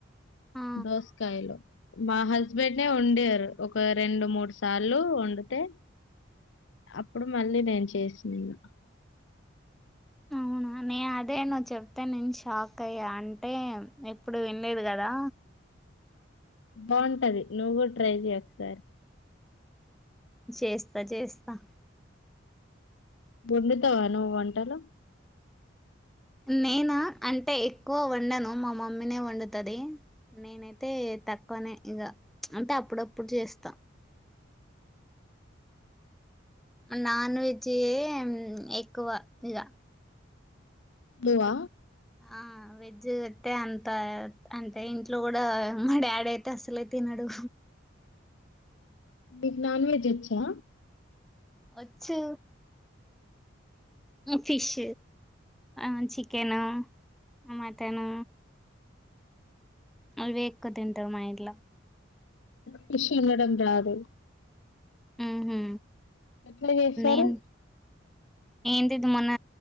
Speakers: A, in the centre; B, on the left.
A: ఆ
B: దోసకాయలు మా హస్బెండే వండారు ఒక రెండు మూడు సార్లు వండితే అప్పుడు మళ్ళీ నేను చేసినను
A: అవునా నే అదే నువ్వు చెప్తే నేను షాక్ అయ్యా అంటే ఎప్పుడు వినలేదు కదా
B: బాగుంటది నువ్వు కూడా ట్రై చెయి ఒకసారి
A: చేస్తా చేస్తా
B: వండుతావ నువ్వు వంటలు
A: నేనా అంటే ఎక్కువ వండాను మా మమ్మీనే వండుతది నేనైతే తక్కువనే ఇగ చ్ అంటే అప్పుడప్పుడు చేస్తా నాన్ వెజి ఎక్కువ ఇగ
B: నువ్వ
A: ఆ వెజ్ అతే అంత అంటే ఇంట్లో కూడా మా డాడీ అయితే అసలే తినడు
B: మీకు నాన్ వెజ్ వచ్చా
A: వచ్చు ఫిష్ ఆ చికెను ఆ మటన్ అవే ఎక్కువ తింటారు మా ఇంట్లో
B: ఫిష్ వండడం రాదు
A: ఆహా
B: ఎట్లా చేస్తారు
A: నేను ఏంటిది ఇది మొన్న